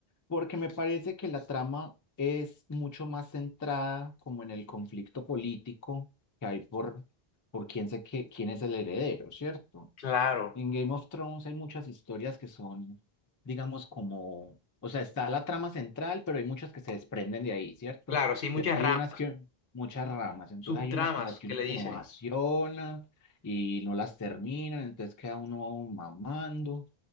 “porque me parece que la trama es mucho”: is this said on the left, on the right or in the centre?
Left